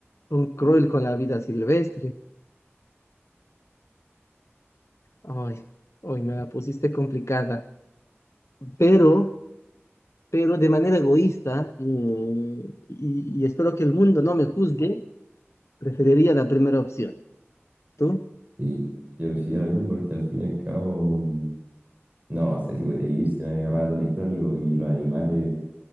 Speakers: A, on the left; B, on the right.
A: un cruel con la vida silvestre. Ay, hoy me la pusiste complicada, pero, pero de manera egoísta y, y y espero que el mundo no me juzgue, preferiría la primera opción. ¿Tú?
B: y yo prefiero lo mismo porque al fin y al cabo, mm, no sé si podría vivir sin el aparato electrónico y los animales